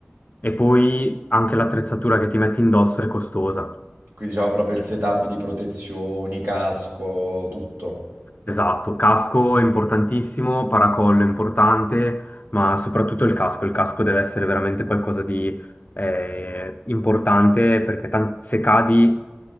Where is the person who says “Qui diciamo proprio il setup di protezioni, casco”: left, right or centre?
Right